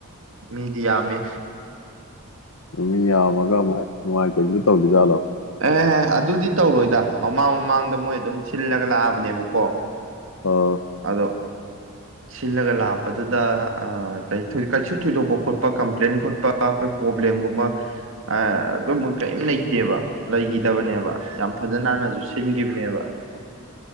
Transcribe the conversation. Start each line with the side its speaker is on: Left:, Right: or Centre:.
Right: ꯃ ꯃꯤꯗꯤꯌꯥ ꯃ
Left: ꯃꯤ ꯌꯥꯕꯒ ꯅꯨꯡꯉꯥꯏꯇꯕꯤꯗ ꯇꯧꯗꯖꯥꯠꯂꯣ
Right: ꯑꯗꯨꯗꯤ ꯇꯧꯔꯣꯏꯗ ꯃꯃꯥꯡ ꯃꯃꯥꯡꯗ ꯃꯣꯏ ꯑꯗꯨꯝ ꯁꯤꯜꯂꯒ ꯂꯥꯛꯑꯕꯅꯦꯕꯀꯣ
Left: ꯑꯥ
Right: ꯑꯗꯣ ꯁꯤꯜꯂꯒ ꯂꯄ ꯑꯗꯨꯗ ꯑ ꯀꯩ ꯊ ꯀꯁꯨ ꯈꯣꯠꯄ ꯀꯄ꯭ꯂꯦꯟꯟ ꯈꯠ ꯑꯩꯈꯣꯏ ꯄ꯭ꯔꯣꯕ꯭ꯂꯦꯝꯒꯨꯝꯕ ꯑꯗꯨꯝꯕ ꯀꯔꯤꯝ ꯂꯩꯇꯦꯕ ꯂꯩꯒꯤꯗꯕꯅꯦꯕ ꯌꯥꯝ ꯐꯖ ꯅꯥꯟꯅꯁꯨ ꯁꯤꯟꯈꯤꯕꯅꯦꯕ